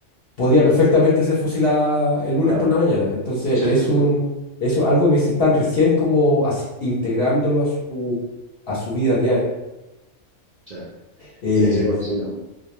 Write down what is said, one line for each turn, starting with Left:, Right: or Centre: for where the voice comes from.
Left: podía perfectamente ser fusilada el lunes
Right: Claro.
Left: por la mañana. Entonces
Right: Sí,
Left: es
Right: sí,
Left: un,
Right: sí.
Left: es algo que se están recién como as- integrándolo a su, a su vida diaria.
Right: Sí,
Left: Eh,
Right: sí, sí, coincido.